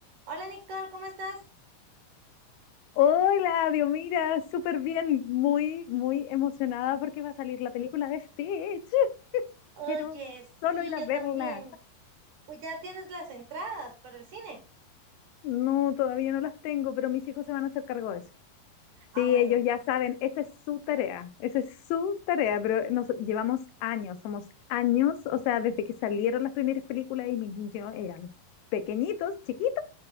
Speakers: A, on the right; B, on the left.
A: Hola Nicole, ¿cómo estás?
B: Hola, Dios, mira, súper bien, muy, muy emocionada porque va a salir la película de Stitch.
A: Oye,
B: Quiero
A: sí,
B: solo ir a
A: yo
B: verla.
A: también. Pues ya tienes las entradas para el cine.
B: No, todavía no las tengo, pero mis hijos se van a hacer cargo de eso.
A: Ah,
B: Sí,
A: bueno,
B: ellos ya saben, esa es su tarea, esa es su tarea, pero nos llevamos años, somos años, o sea, desde que salieron las primeras películas y mis niños eran pequeñitos, chiquitos,